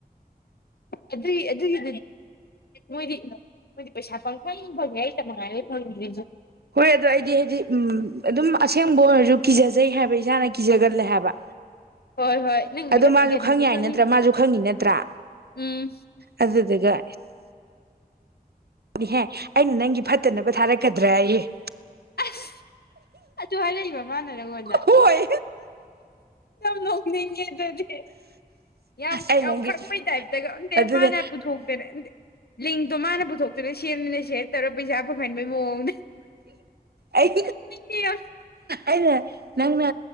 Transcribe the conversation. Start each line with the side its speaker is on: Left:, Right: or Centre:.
Left: ꯑꯗꯨ ꯑꯗꯨꯗꯤ ꯃꯣꯏꯗꯤ ꯃꯣꯏꯗꯤ ꯄꯩꯁꯥ ꯐꯪ ꯐ ꯐꯪꯉꯦ ꯑꯩ ꯇ ꯃꯉꯥꯏꯔ ꯐꯪꯗꯦꯁꯨ
Right: ꯍꯣꯏ ꯑꯗꯣ ꯑꯩꯗꯤ ꯍꯥꯏꯗꯤ ꯎꯝ ꯑꯗꯨꯝ ꯑꯁꯦꯡꯕ ꯑꯣꯏꯔꯁꯨ ꯀꯤꯖꯖꯩ ꯍꯥꯏꯕ ꯏꯁꯥꯅ ꯀꯤꯖꯒꯜꯂꯦ ꯍꯥꯏꯕ
Left: ꯍꯣꯏ ꯍꯣꯏ ꯅꯪꯕꯨꯗꯤ
Right: ꯑꯗꯣ
Left: ꯈꯔ
Right: ꯃꯥꯁꯨ
Left: ꯀꯤꯒꯟꯕꯅꯤ
Right: ꯈꯪ ꯌꯥꯏ
Left: ꯈꯪꯉꯤ
Right: ꯅꯠꯇ꯭ꯔꯥ ꯃꯥꯁꯨ ꯈꯪꯉꯤ ꯅꯠꯇ꯭ꯔꯥ
Left: ꯎꯝ
Right: ꯑꯗꯨ ꯑꯗꯨꯒꯒ ꯑꯗꯨꯗꯤꯍꯦ ꯑꯩꯅ ꯅꯪꯒꯤ ꯐꯠꯇꯅꯕ ꯊꯥꯔꯛꯀꯗ꯭ꯔ ꯑꯩꯌꯦꯦ
Left: ꯑꯁ ꯑꯗꯨ ꯍꯥꯏꯔꯛꯏꯕ ꯃꯥꯅ ꯅꯪꯉꯣꯟꯗ
Right: ꯍꯣꯏ
Left: ꯌꯥꯝ ꯅꯣꯛꯅꯤꯡꯉꯦꯗꯗꯤ ꯌꯥꯝ
Right: ꯑꯩ
Left: ꯌꯥꯝ
Right: ꯅꯪꯒꯤ
Left: ꯈꯪꯕꯩ ꯇꯥꯏꯞꯇ ꯈ ꯈꯪꯗꯦ
Right: ꯑꯗꯨꯅꯦ
Left: ꯃꯥꯅ ꯄꯨꯊꯣꯛꯇꯔꯦꯗꯤꯦ ꯂꯤꯡꯇꯣ ꯃꯥꯅ ꯄꯨꯊꯣꯛꯇꯨꯅ ꯁꯦꯝꯃꯤꯅ ꯁꯦ ꯇꯧꯔ ꯄꯩꯁꯥ ꯐꯪꯍꯟꯕꯒꯤ ꯃꯣꯡ
Right: ꯑꯩ
Left: ꯅꯣꯡꯅꯤꯡꯉ
Right: ꯑꯩꯅ ꯅꯪꯅ